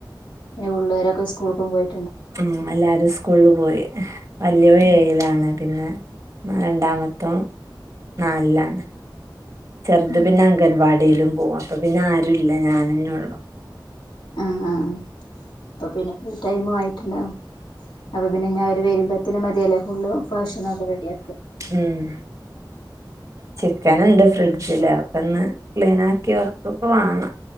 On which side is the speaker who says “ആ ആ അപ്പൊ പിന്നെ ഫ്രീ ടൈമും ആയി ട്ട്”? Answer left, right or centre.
Left